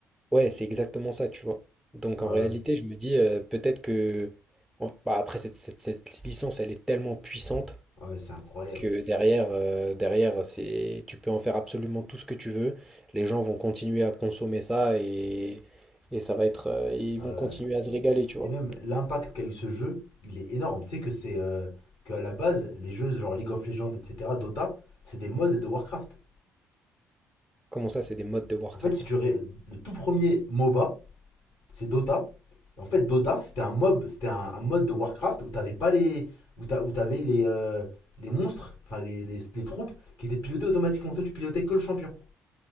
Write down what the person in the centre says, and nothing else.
ouais, c'est exactement ça, tu vois. Donc
en réalité, je me dis euh, peut-être que... Bon, bah, après, cette, cette cette licence, elle est tellement puissante
que derrière, euh, derrière c'est, tu peux en faire absolument tout ce que tu veux. Les gens vont continuer à consommer ça et, et ça va être, euh, ils
vont continuer à se régaler,
tu
vois.
Comment ça, c'est des modes de Warcraft?